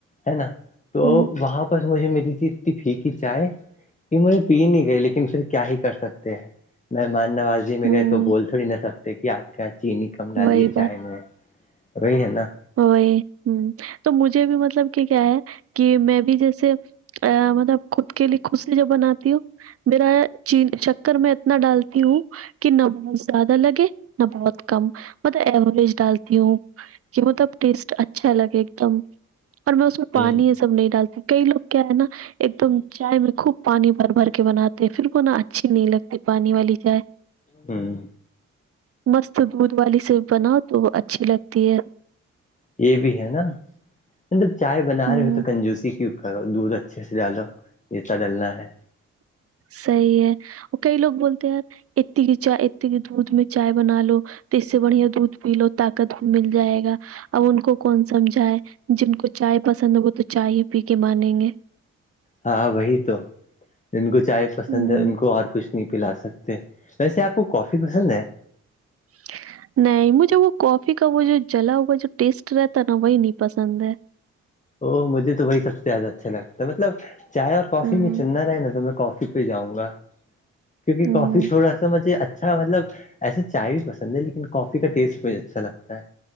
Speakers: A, on the left (about 20°); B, on the right (about 45°).
A: ہے نا تو
B: ہوں،
A: وہاں بس مجھے میری تھی اتنی پھیکی چائے یہ مجھے پی نہیں گئی لیکن پھر کیا ہی کر سکتے ہیں مہمان نواز
B: ہوں،
A: گئے تو بول تھڑ نہ سکتے کہ آپ کے یہاں چینی کم ڈالیے
B: وہی
A: چائے میں وہی ہے نا
B: ا یہ ہ تو مجھے بھی مطلب کہ کیا ہے کہ میں بھی جیسے مطلب خود کے لیے خشی جوب بناتی ہ میرا چین کر میں اتنا ڈالتی ہوں کہ نہ بہت زیادہ لگے نہ بہت کم ملب ایوریج ڈالتی ہوں کہ مطلب ٹیسٹ اچھا لگے ایک دم اور میں اس میں پانی
A: ہ
B: سب نہیں ڈالتے کئی لگ کیا ہے نا ایک دم چائے میں خوب پانی بھر بھر کے بناتے پھر کو نہ اچھی نہیں لگتی پانی والی چائے
A: ہاں
B: مست دودھ والی سے بناؤ تو اچھی لگتی ہے
A: یہ بھی ہے نا مطلب چائے بنا
B: ہوں
A: رہے ہو تو کنجوسی کیوں کرو دودھ اچھا اچھے سے ڈالو جیتا ڈلنا ہے
B: صحی ہے وہ کئی لوگ بولتے ہیں یار اتی کی چائے اتتی کی دودھ میں چائے بنا لو تو اس سے بڑھیا دودھ پی لو طاقت بھی مل جائے گا ا ان کو کون سمجھائے جن کو چائے پسند ہے وہ تو چائے ہی پی کے مانیں گے
A: ہاں وہی تو ان کو چائے پسند
B: ہوں
A: ہے ان کو اور کچھ نہیں پلا سکتے ویسے آپ کو کافی پسند ہے
B: ج نہیں مجھے وہ کافی کا وہ جو جلا ہوا جو ٹیسٹ رہتا ہے نا وہی نہیں پسند ہے
A: ا مجھے تو وہی سب سے زیادہ اچھا لگتا ہے مطلب چائے اور کافی
B: امم،
A: میں چننا رہے نا تو میں کافی پ جاؤں گا کیونکہ
B: امم،
A: کافی تھوڑا سا مجھے اچھا اچھا مطلب ایسے چائے بھی پسند ہے لیکن کافی کا ٹیسٹ بھی اچھا لگتا ہے